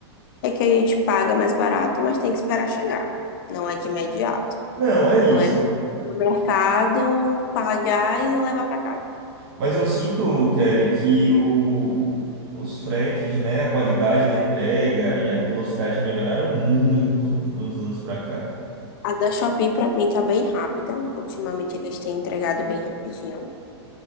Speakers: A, on the left (about 50°); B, on the right (about 50°).
A: É que a gente paga mais barato, mas tem que esperar chegar. Não é de imediato.
B: Não, é isso.
A: Não é como no mercado pagar e levar para casa.
B: Mas eu sinto, Kelly, que o- os fretes, né, a qualidade da entrega e a velocidade melhoraram muito nos anos pra cá.
A: A da Shopee para mim tá bem rápida. Ultimamente eles têm entregado bem rapidinho.